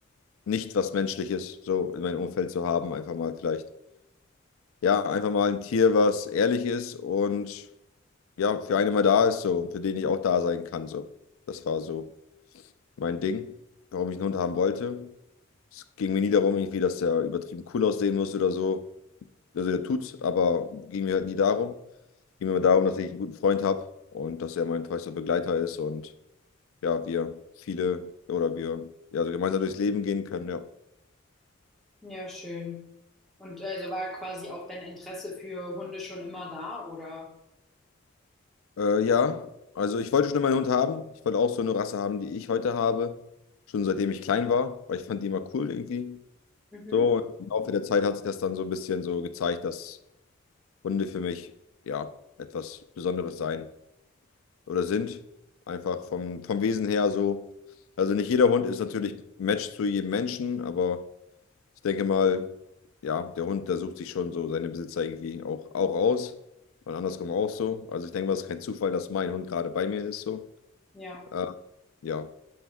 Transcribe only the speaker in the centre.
Ja, schön. Und äh, also war quasi auch dein Interesse für Hunde schon immer da, oder?
Mhm.
Ja.